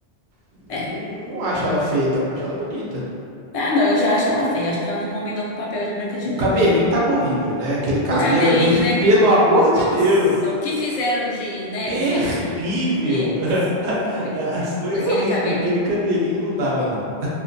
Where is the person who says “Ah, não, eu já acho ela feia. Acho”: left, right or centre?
Left